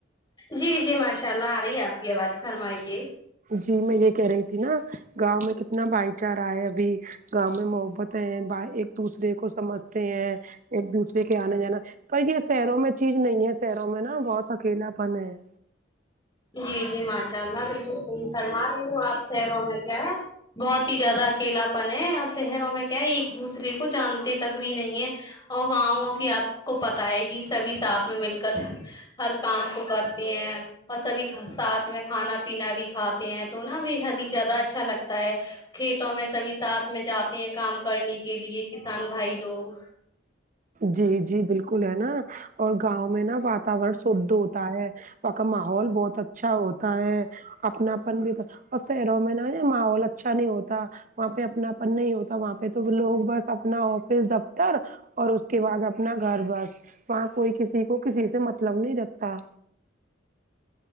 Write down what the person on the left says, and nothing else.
جی جی ماشاء اللہ آ رہی ہے آپ کی آواز فرمائیے
جی جی ماشاء اللہ بالکل فرما رہی ہوں آپ شروں میں کیا ہے بہت ہی زیادہ اکیلاپن ہے اور شہروں میں کیا ہے ایک دوسرے کو جانتے تک بھی نہیں ہے اور گاؤ کہ آپ کو پتا ہے کی سبھی ساتھ میں مل کل ہر کام کو کرتے ہیں اور سبھی ساتھ میں کھانا پینا بھی کھاتے ہیں تو نا بےحد ہی زیادہ اچھا لگتا ہے کھیتوں میں سبھی ساتھ میں جاتے ہیں کام کرنے کے لیے کسان بھائی لوگ